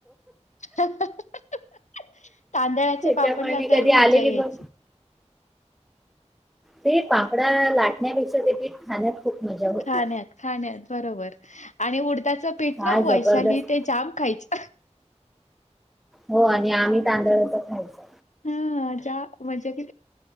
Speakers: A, on the left (about 85°); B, in the centre.
A: तांदळाचे
B: त्याच्यामुळे
A: पापड लाटायला
B: मी कधी
A: मज्जा
B: आलेली
A: यायची
B: पण ते पापडा लाटण्यापेक्षा तेेत खाण्यात खूप मजा होती.
A: खाण्यात खाण्यात बरोबर आणि उडताचं पीठ
B: काय
A: ना वैशाली
B: जबरदस्त
A: ते जाम खायच
B: हो आणि आम्ही तांदळ तर खायच
A: हा ज्या म्हणजे क